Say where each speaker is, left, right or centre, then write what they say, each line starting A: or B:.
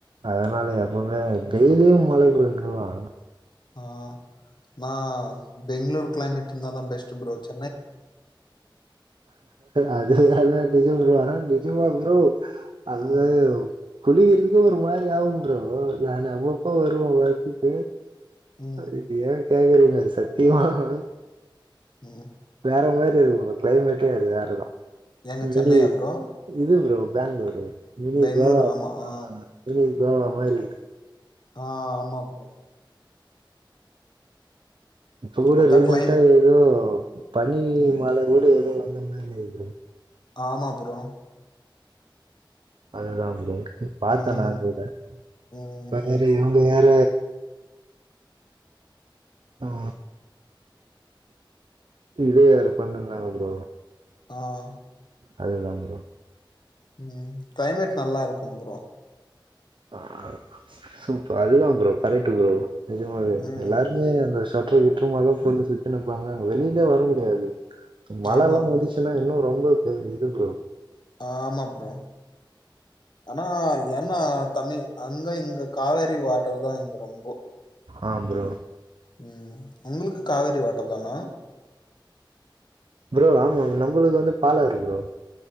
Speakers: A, on the right (about 70°); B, on the left (about 60°).
A: அதனால எப்பமே டெய்லியும் மழை ப்ரோ இங்கல்லாம்
B: ஆ நா பெங்களூர் கிளைமேட் இந்தாதா பெஸ்ட் ஃப்ரோத்
A: அது எல்லாமே டே ஒரு வர ஜூ வா ஃப்ரோ அதுவேவ்
B: ம்
A: குழி இருக்குது ஒரு மாரி ஆகும் ஃப்ரோ நா அவ்வப்பா வருவோ வெரடிட்டு
B: ம்
A: இது ஏ கேக்றீங்க சத்தியமாக
B: ம்
A: வேற மாரி இருக்கு ப்ரோ கிளைமேட்டே அது வேறதான்
B: எங்க
A: கண்டி
B: சென்னையா ப்ரோ
A: இரு ப்ரோ பேங்ளூரு இரு
B: பெங்களூர்
A: கோவா
B: ஆமா ஆ
A: ஆஹ் இரு கோவா மாரி
B: ஆ ஆமா ப்ரோ
A: இப்ப கூட
B: அதான்
A: ரீசென்டா
B: கிளைம்
A: ஏதோ பனி
B: ம்
A: மலை கூட ஏதோ <unintelligible> ப்ரோ
B: ஆமா ப்ரோ
A: அது தான் ப்ரோ பாத்தே
B: ம்
A: நான் கூட
B: ம்
A: இப்ப வரையும் வேற ஆ இதே வேர பண்ணிருந்தாங்க ப்ரோ
B: ஆஹ்
A: அது தான் ப்ரோ
B: ம்ஹ் கிளைமேட் நல்லா இருக்கும் ப்ரோ
A: ஆ சூப்பர் அது தான் ப்ரோ கரக்ட் ப்ரோ நஜமாவே
B: ம்.
A: எல்லாருமே அந்த <unintelligible> கற்ற இற்றுமாக பொண்ணு சுத்தின்னுருப்பாங்க வெளியவே வர முடியாது மழலா
B: ஆமா ப்ரோ.
A: வந்துச்சுன்னா இன்னு ரொம்ப இரு ப்ரோ
B: ஆமா ப்ரோ ஆனா ஏன்னா தமி அங்க இங்க காவேரி வாட்டர் தா இங்க ரொம்போ
A: ஆ ப்ரோ
B: ம் ம் உங்களுக்கு காவேரி வாட்டர் தானா
A: ப்ரோ ஆமா நம்முளுது வந்து பாலாரு ப்ரோ